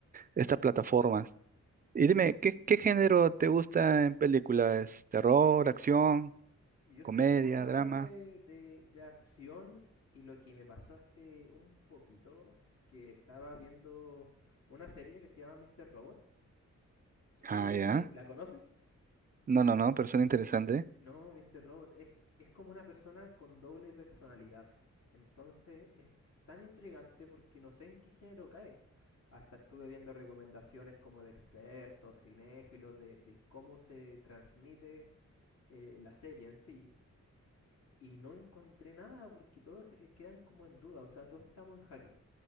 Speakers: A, on the right; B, on the left.
A: estas plataformas. Y dime, ¿qué, qué género te gusta en películas? ¿Terror, acción,
B: Yo
A: comedia,
B: soy un poquito
A: drama?
B: más de, de, de acción y lo que me pasó hace un poquito, que estaba viendo una serie que se llama Mr. Robot. Eh,
A: Ah, ya.
B: ¿la conoces?
A: No, no, no, pero suena interesante.
B: Eh, No, Mr. Robot es, es como una persona con doble personalidad. Entonces es tan intrigante porque no sé en qué género cae. Hasta estuve viendo recomendaciones como de expertos, cinéfilos, de, de cómo se transmite eh, la serie en sí. y no encontré nada porque todos eh, quedan como en duda, o sea, todos estamos en jaque,